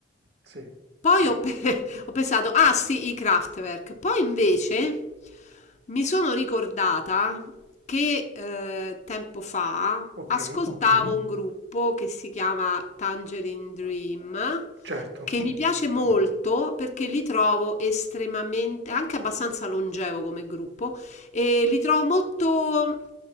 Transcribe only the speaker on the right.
Sì,
ok,
certo.